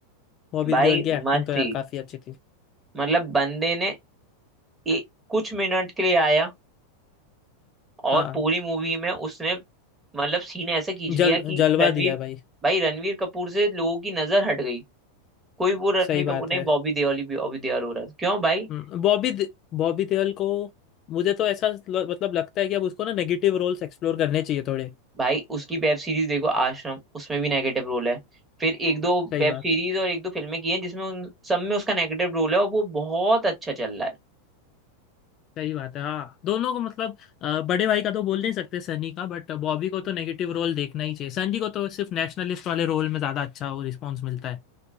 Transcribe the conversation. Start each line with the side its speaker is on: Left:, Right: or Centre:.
Left: बॉबी
Right: भाई
Left: देओल की एक्टिंग
Right: मस्त
Left: तो यार
Right: थी
Left: काफी अच्छी थी
Right: मतलब बंदे ने ए, कुछ मिनट के लिए आया और
Left: हाँ
Right: पूरी मूवी में उसने मतलब सीन ऐसे खींच
Left: जल
Right: लिया कि
Left: जलवा
Right: रणवीर
Left: दिया भाई
Right: भाई रणवीर कपूर से लोगों की नजर हट गई कोई वो रणवीर
Left: सही बात
Right: कपूर नहीं
Left: है
Right: बॉबी देओल ही बॉबी देओल हो रहा था क्यों भाई
Left: हम्म, बॉबी दे- बॉबी देओल को मुझे तो ऐसा ल- मतलब लगता है कि अब उसको ना नेगेटिव रोल्स एक्सप्लोर करने चाहिए थोड़े
Right: भाई उसकी वेब सीरीज देखो आश्रम उसमें भी नेगेटिव रोल है फिर एक दो
Left: सही
Right: वेब
Left: बात
Right: सीरीज
Left: है
Right: और एक दो फिल्में की हैं जिसमें उन सब में उसका नेगेटिव रोल है और वो बहुत अच्छा चल रहा है
Left: सही बात है हाँ दोनों को मतलब अ, बड़े भाई का तो बोल नहीं सकते सनी का बट बॉबी को तो नेगेटिव रोल देखना ही चाहिए सनी को तो सिर्फ नेशनलिस्ट वाले रोल में ज्यादा अच्छा वो रिस्पॉन्स मिलता है